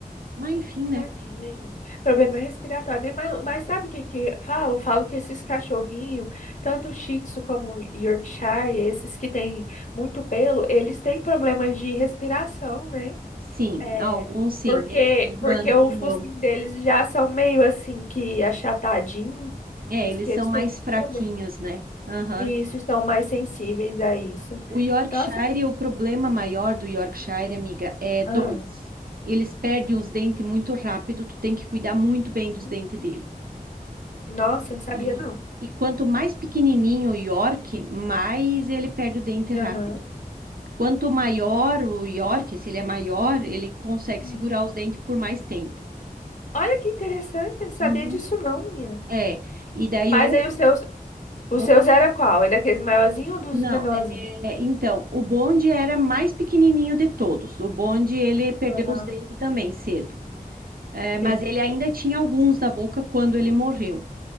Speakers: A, on the right; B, on the left.
A: Mas enfim, né?
B: tadinha, gente. Problema respiratório, né? Mas, mas sabe o que que falam? Falam que esses cachorrinhos, tanto Shih Tzu como Yorkshire, esses que têm muito pelo, eles têm problemas de respiração, né?
A: Sim,
B: É,
A: alguns sim,
B: porque,
A: eles têm problema
B: porque
A: de
B: o
A: pulmão.
B: focinho deles já são meio assim que achatadinho.
A: É,
B: Diz
A: eles
B: que
A: são
B: eles
A: mais
B: têm muito
A: fraquinhos,
B: problema.
A: né? Aham.
B: E isso, estão mais sensíveis a isso.
A: O Yorkshire,
B: Nossa,
A: o problema maior do Yorkshire, amiga, é dois.
B: ah,
A: Eles perdem os dentes muito rápido, tu tem que cuidar muito bem
B: hum,
A: dos dentes dele.
B: nossa, não sabia
A: E,
B: não.
A: e quanto mais pequenininho o York, mais ele perde o dente rápido.
B: Aham.
A: Quanto maior o York, se ele é maior, ele consegue
B: Hum.
A: segurar os dentes por mais tempo.
B: Olha que interessante, eu não sabia
A: Uhum.
B: disso não, menina.
A: É, e daí
B: Mas
A: outro,
B: aí os seus, os
A: outro-
B: seus era qual? Era daqueles maiorzinhos ou dos
A: não,
B: menorzinhos?
A: É, então, o bonde era mais pequenininho de todos. O bonde, ele perdeu
B: Aham.
A: os dentes também cedo. É, mas
B: Sim.
A: ele ainda tinha alguns na boca quando ele morreu.